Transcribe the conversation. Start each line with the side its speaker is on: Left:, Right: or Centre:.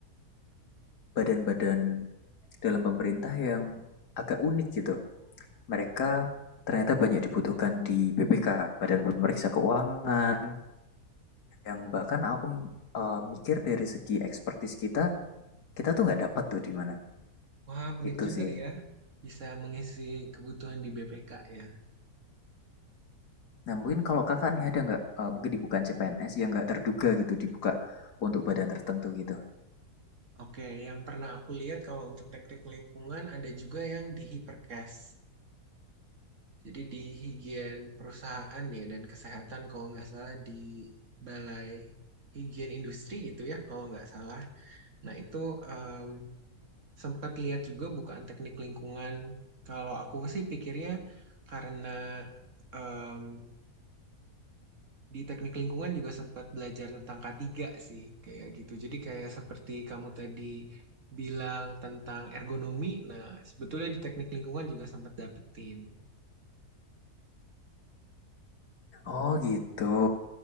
Left: badan-badan dalam pemerintah yang agak unik gitu. Mereka ternyata banyak dibutuhkan di BPK, Badan Pemeriksa Keuangan, yang bahkan aku eh, mikir dari segi ekspertis kita, kita tuh nggak dapat tuh di mana.
Right: Wah, unik
Left: Itu
Right: juga
Left: sih.
Right: ya. Bisa mengisi kebutuhan di BPK ya.
Left: Nah, mungkin kalau kakak nih ada nggak, eh, mungkin dibuka CPNS yang nggak terduga gitu, dibuka untuk badan tertentu gitu.
Right: Oke, yang pernah aku lihat kalau untuk teknik lingkungan ada juga yang di Hiperkes. Jadi di higien perusahaan ya dan kesehatan kalau nggak salah di Balai Higien Industri gitu ya kalau nggak salah. Nah itu em, sempat lihat juga bukaan teknik lingkungan. Kalau aku sih pikirnya karena em, di teknik lingkungan juga sempat belajar tentang K3 sih kayak gitu. Jadi kayak seperti kamu tadi bilang tentang ergonomi. Nah sebetulnya di teknik lingkungan juga sempat dapetin.
Left: Oh gitu.